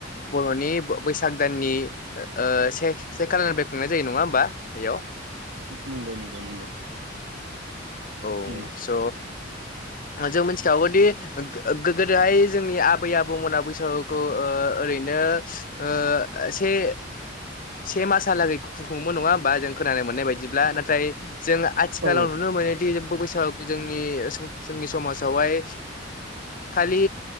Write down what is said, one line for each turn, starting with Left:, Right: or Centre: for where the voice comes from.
Left: बर'नि बैसाग दाननि से से खालनिफ्राय खुंनाय जायो नङा होमबा बेयाव?
Right: नंगौ नंगौ नंगौ।
Left: औ
Right: नंगौ
Left: स'
Right: <inaudible>
Left: जों मिथिखागौदि गोदोहाय जोंनि आबै आबौमोना बैसागुखौ ओ ओरैनो ओ ओ से से मासहालागै खुंओमोन नङा होनबा जों खोनानो मोन्नाइ बादिब्ला नाथाय जों आथिखालाव
Right: औ
Left: नुनो मोनोदि जेबो बैसागुखौ जोंनि जोंनि समाजावहाय खालि